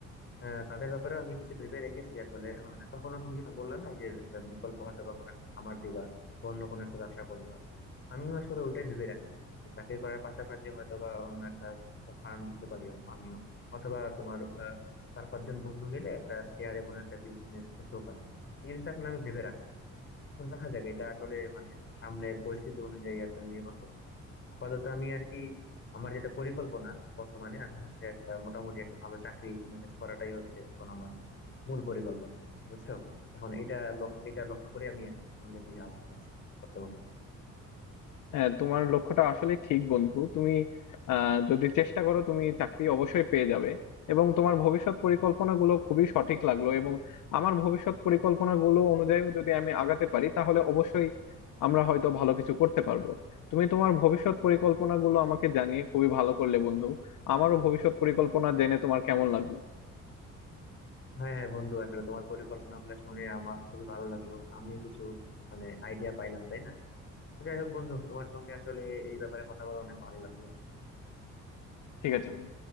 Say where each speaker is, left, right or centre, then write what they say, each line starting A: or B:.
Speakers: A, on the left; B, on the left.
A: হ্যাঁ তাদের ব্যাপারে আমি কিছু ভেবে রেখেছি আসলে মানে তখনও তুমি যেটা বললা না এই যে একটা বিকল্প হয়তো বা কোনো একটা খামার দিবা বা অন্য কোনো একটা ব্যবসা করবা আমিও আসলে ওইটাই ভেবে রাখছি যে চাকরি করার পাশাপাশি হয়তো বা অন্য একটা ফার্ম দিতে পারি আমিও অথবা তোমার আহ, চার পাঁচজন বন্ধু মিলে একটা শেয়ারে কোনো একটা বিজনেস করতেও পারি এই জিনিসটা আসলে আমি ভেবে রাখছি এখন দেখা যাক এটা আসলে মানে সামনের পরিস্থিতি অনুযায়ী আসলে নির্ভর করতেছে আপাতত আমি আর কি আমার যেটা পরিকল্পনা বর্তমানে আমি হচ্ছে একটা মোটামুটি একটা ভালো চাকরি ম্যানেজ করাটাই হচ্ছে এখন আমার মূল পরিকল্পনা বুঝছো এখন এটা লক- এটা লক্ষ্য করে আমি সামনের দিকে আগাচ্ছি বর্তমানে
B: হ্যাঁ তোমার লক্ষ্যটা আসলে ঠিক বন্ধু তুমি আহ, যদি চেষ্টা করো তুমি চাকরি অবশ্যই পেয়ে যাবে এবং তোমার ভবিষ্যৎ পরিকল্পনাগুলো খুবই সঠিক লাগলো এবং আমার ভবিষ্যৎ পরিকল্পনাগুলো অনুযায়ী যদি আমি আগাতে পারি তাহলে অবশ্যই আমরা হয়তো ভালো কিছু করতে পারবো তুমি তোমার ভবিষ্যৎ পরিকল্পনাগুলো আমাকে জানিয়ে খুবই ভালো করলে বন্ধু আমারও ভবিষ্যৎ পরিকল্পনা জেনে তোমার কেমন লাগলো
A: হ্যাঁ হ্যাঁ বন্ধু আসলে তোমার পরিকল্পনা গুলো শুনে আমার খুবই ভালো লাগলো আমিও কিছু মানে আইডিয়া পাইলাম তাই না তো যাই হোক বন্ধু তোমার সঙ্গে আসলে এই ব্যাপারে কথা বলে অনেক ভালো লাগলো
B: ঠিক আছে বন্ধু